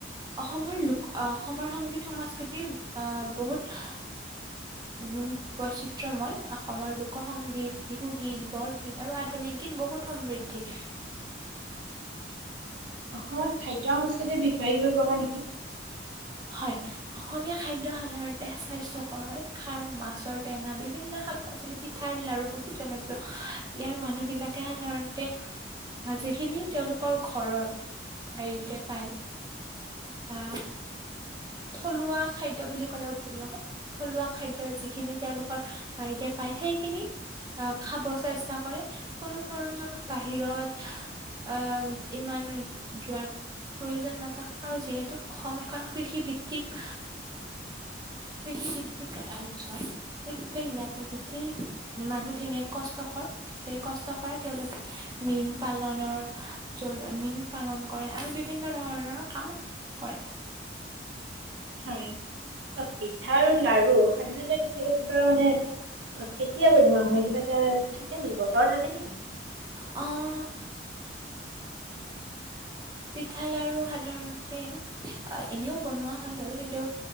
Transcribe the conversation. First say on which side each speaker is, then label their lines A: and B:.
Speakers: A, on the right; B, on the right.
A: অসমৰ লোক অ', অসমৰ সংগীত সংস্কৃতি অ', বহুত
B: <inaudible>
A: উম বৈচিত্ৰময়, অসমৰ লোক সংগীত, বিহুগীত, বৰগীত আৰু আধুনিক গীত বহুত সমৃ ধি।
B: অসমৰ খাদ্য সংস্কৃতিৰ বিষয়ে কিবা কবা নেকি?
A: হয়। অসমীয়া খাদ্য সাধাৰণতে স্বাস্থ্যকৰ হয় খাৰ, মাছৰ টেঙা বিভিন্ন শাক পাচলি পিঠা, লাৰু বহুত জনপ্ৰিয় ইয়াৰ মানুহ বিলাকে সাধাৰণতে যিখিনি তেওঁলোকৰ ঘৰৰ হেৰিতে পায় আ' থলুৱা খাদ্য বুলি ক'লেও ভুল নহয়। থলুৱা খাদ্য যিখিনি তেওঁলোকৰ বাৰিতেই পায়, সেইখিনি আ' খাব চেষ্টা কৰে, কোনো ধৰণৰ বাহিৰত আ' ইমান যোৱাৰ প্ৰয়োজন নাথাকে, আৰু যিহেতু অসমীয়া কাৰণ কৃষি ভিত্তিক কৃষি ভিত্তিক <unintelligible> এই গোটেই ইয়াতে, গোটেই মানুহখিনিয়ে কষ্টকৰ এই কষ্ট কৰে, তেওঁলোকে মীন পালনৰ মীন পালন কৰে আৰু বিভিন্ন ধৰণৰ কাম কৰে।
B: হয়, এ' পিঠা আৰু লাৰু সাধাৰণতে কেতিয়াবা কিবা মানে অ' কেতিয়া বনোৱা হয়, কিবা এটা থাকে নেকি বাৰু, বতৰ থাকে নেকি?
A: অ' পিঠা, লাৰু সাধাৰণতে এ-এনেও বনোৱা হয় বাৰু কিন্তু